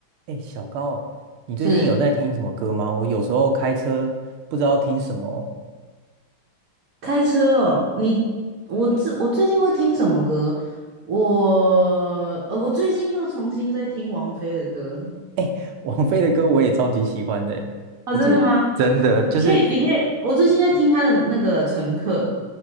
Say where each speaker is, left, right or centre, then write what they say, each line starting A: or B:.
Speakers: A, on the right (about 80°); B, on the right (about 55°).
A: 哎，小高，你最近有在听什么歌吗？
B: 是
A: 我有时候开车不知道听什么，
B: 开车哦，你我最我最近会听什么歌？我呃，我最近又重新在听王菲的歌
A: <laughs> 王菲的歌我也超级喜欢的欸我记真的就是
B: 哦，真的吗？你可以，你可以，我最近在听她的那个《乘客》，